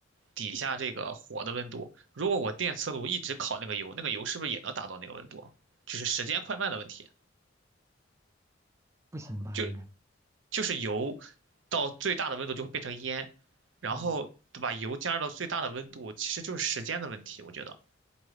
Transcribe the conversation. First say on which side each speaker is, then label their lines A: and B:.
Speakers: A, on the right; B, on the right.
A: 底下这个火的温度，如果我电磁炉一直烤那个油，那个油是不是也能达到那个温度啊就是时间快慢的问题，
B: 不行吧应该，
A: 就就是油到最大的温度就会变成烟，然后把油加热到最大的温度，
B: 嗯，
A: 其实就是时间的问题，我觉得，